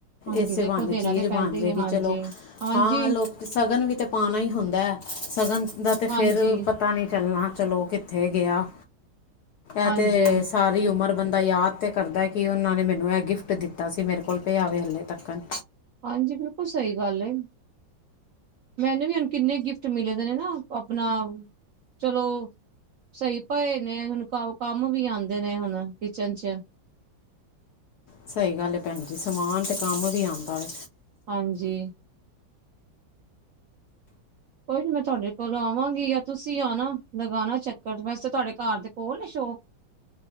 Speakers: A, on the right (about 70°); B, on the left (about 75°).
A: ਹਾਂਜੀ
B: ਇਸੇ
A: ਦੇਖੋ
B: ਬਹਾਨੇ
A: ਦੇਣਾ
B: ਚੀਜ਼
A: ਤੇ ਪੈਂਦਾ
B: ਬਣ
A: ਹੀ
B: ਜਾਏਗੀ
A: ਹੈ ਹਾਂਜੀ
B: ਚਲੋ
A: ਹਾਂਜੀ
B: ਹਾਂ ਲੋਕ ਸ਼ਗਨ ਵੀ ਤਾਂ ਪਾਉਣਾ ਹੀ ਹੁੰਦਾ ਹੈ ਸ਼ਗਨ ਦਾ ਤਾਂ ਫਿਰ
A: ਹਾਂਜੀ
B: ਪਤਾ ਨਹੀਂ ਚੱਲਣਾ ਚਲੋ ਕਿੱਥੇ ਗਿਆ। ਇਹ
A: ਹਾਂਜੀ
B: ਤੇ ਸਾਰੀ ਉਮਰ ਬੰਦਾ ਯਾਦ ਤੇ ਕਰਦਾ ਕਿ ਉਹਨਾਂ ਨੇ ਮੈਨੂੰ ਮੈਨੂੰ ਇਹ ਗਿਫਟ ਦਿੱਤਾ ਸੀ ਮੇਰੇ ਕੋਲ ਪਿਆਵੇ ਹਲੇ ਤੱਕਣ
A: ਹਾਂਜੀ ਬਿਲਕੁਲ ਸਹੀ ਗੱਲ ਏ। ਮੈਨੂੰ ਵੀ ਹੁਣ ਕਿੰਨੇ ਗਿਫਟ ਮਿਲੇ ਦੇ ਨੇ ਨਾ ਆਪਣਾ ਚਲੋ। ਸਹੀ ਪਏ ਨੇ ਹੁਣ ਕੰਮ ਵੀ ਆਉਂਦੇ ਨੇ ਹੁਣ ਕਿਚਨ ਚ <inaudible>
B: ਸਹੀ ਗੱਲ ਭੈਣ ਜ ਸਮਾਨ ਤੇ ਕੰਮ ਵੀ ਆਉਂਦਾ ਵ
A: ਹਾਂਜੀ ਕੋਈ ਨੀ ਮੈਂ ਤੁਹਾਡੇ ਕੋਲ ਆਵਾਂਗੀ ਜਾਂ ਤੁਸੀਂ ਆਣਾ ਲਗਾਉਣਾ ਚੱਕਰ ਵੈਸੇ ਤੁਹਾਡੇ ਘਰ ਦੇ ਕੋਲ ਨੇ ਸ਼ੋਪ <inaudible>